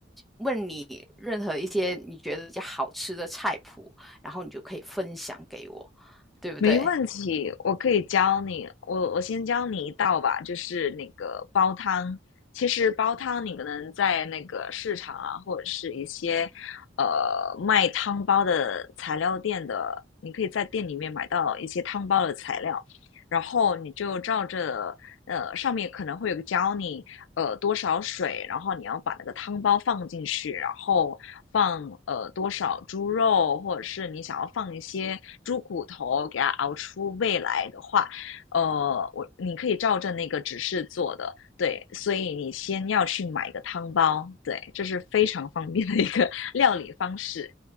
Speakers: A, in the centre; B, on the left (about 80°).
A: 问你任何一些你觉得比较好吃的菜谱，然后你就可以分享给我，对不对？
B: 没问题，我可以教你。我我先教你一道吧，就是那个煲汤。其实煲汤你可能在那个市场啊，或者是一些呃卖汤包的材料店的，你可以在店里面买到一些汤包的材料，然后你就照着呃，上面可能会有个教你，呃，多少水，然后你要把那个汤包放进去，然后放呃多少猪肉，或者是你想要放一些猪骨头，给它熬出味来的话，呃，我你可以照着那个指示做的，对，所以你先要去买一个汤包，对，这是非常方便的一个 <laughs> 料理方式，